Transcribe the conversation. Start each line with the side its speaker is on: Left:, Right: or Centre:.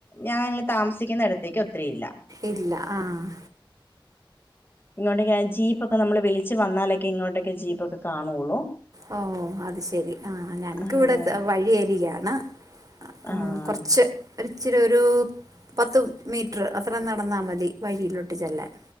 Left: ഞാൻങ്ങനെ താമസിക്കുന്നിടത്തെ. ക്കി ഒത്തിരിയില്ല.
Right: ഇല്ല ആഹ്
Left: ഇങ്ങോട്ടേക്ക ജീപ്പൊക്കെ നമ്മൾ വിളിച്ച് വന്നാലൊക്കെ ഇങ്ങോട്ടൊക്കെ ജീപ്പൊക്കെ കാണുള്ളൂ
Right: ഓ അത് ശെരി ആഹ് ഞങക്ക്
Left: അങ്ങനെ
Right: ഇവിടെ <unintelligible> വഴി വരികയാണ് ആ
Left: ആഹ്
Right: കുറച്ച് ഒച്ചിരി ഒരു പത്ത് മീറ്റർ അത്ര നടന്നാൽ മതി വഴിയിലോട്ട് ചെല്ലാൻ